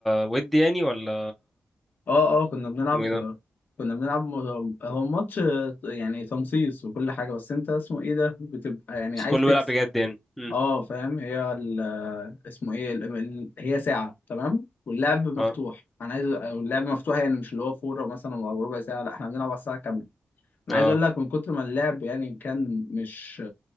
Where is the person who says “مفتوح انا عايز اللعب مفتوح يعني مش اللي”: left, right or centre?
Left